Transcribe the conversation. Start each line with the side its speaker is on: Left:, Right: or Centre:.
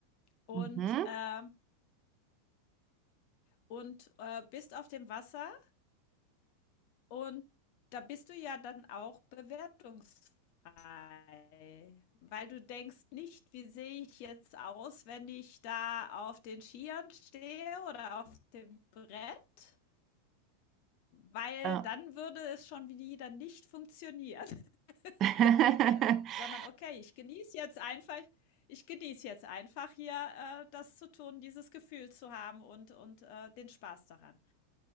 Left: und,
Right: Mhm.
Left: ähm und, äh, bist auf dem Wasser und da bist du ja dann auch bewertungsfrei, weil du denkst nicht: „Wie sehe ich jetzt aus, wenn ich da auf den Skiern stehe oder auf dem Brett?“ Weil
Right: Ja.
Left: dann würde es schon wieder nicht funktionieren, <laughs>
Right: <laughs>
Left: ne? Sondern: „Okay, ich genieße jetzt einfach ich genieße jetzt einfach hier, äh, das zu tun, dieses Gefühl zu haben und und, äh, den Spaß daran.“